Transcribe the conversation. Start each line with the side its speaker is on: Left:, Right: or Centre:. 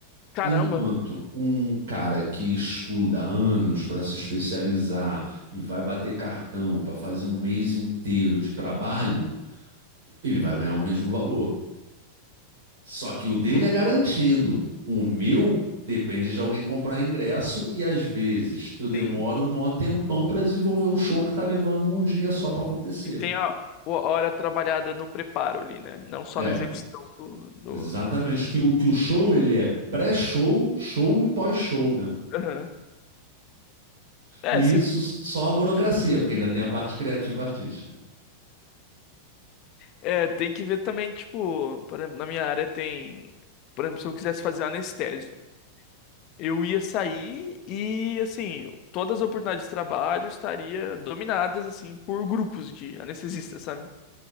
Left: Caramba,
Right: Enquanto um cara que estuda há anos para se especializar e vai bater cartão para fazer um mês inteiro de trabalho, ele vai ganhar o mesmo valor. Só que o dele é garantido. O meu depende de alguém comprar ingresso e às vezes eu demoro
Left: sim.
Right: um mó tempão para desenvolver o show que tá levando um dia só para acontecer.
Left: Sim, Tem a, o- a hora trabalhada no preparo ali, né? Não só
Right: É,
Left: na execução do, do...
Right: exatamente. Que o, que o show ele é pré-show, show e pós-show, né?
Left: Aham. É,
Right: E
Left: se,
Right: isso só a burocracia, porque ainda tem a parte criativa artística.
Left: é, tem que ver também, tipo, por exemplo, na minha área tem. Por exemplo, se eu quisesse fazer anestésio. Eu ia sair e, assim, todas as oportunidades de trabalho estaria dominadas, assim, por grupos de anestesistas, sabe?